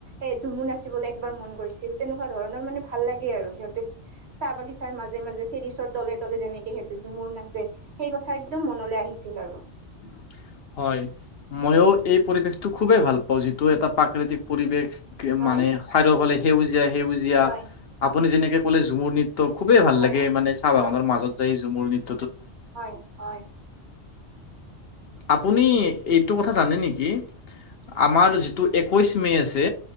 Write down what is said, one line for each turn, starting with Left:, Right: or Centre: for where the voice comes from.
Right: এ ঝুমু নাচিবলৈ একবাৰ মন গৈছিল তেনেকুৱা ধৰণৰ মানে ভাল লাগে আৰু সিহঁতে চাহ বাগিচাৰ মাজে মাজে চিৰিচৰ তলে তলে যেনেকে হেঁতে ঝুমুৰ নাচে সেই কথা একদম মনলৈ আহিছিল আৰু।
Left: <inaudible> হয় ময়ও এই পৰিৱেশটো খুবেই ভাল পাওঁ। যিটো এটা প্ৰাকৃতিক পৰিৱেশ
Right: হয়।
Left: মানে খাইদ সকলে সেউজীয়া সেউজীয়া
Right: হয়
Left: আপুনি যেনেকে ক'লে ঝুমুৰ নিত <unintelligible> ত' খুবেই ভাল
Right: হয়
Left: লাগে
Right: হয়
Left: মানে চাহ বাগানৰ
Right: হয়
Left: মাজত যায়ু ঝুমুৰ নৃ-
Right: হয় হয়
Left: আপুনি এইটো কথা জানে নেকি আমাৰ যিটো এ কৈশ মে' আছে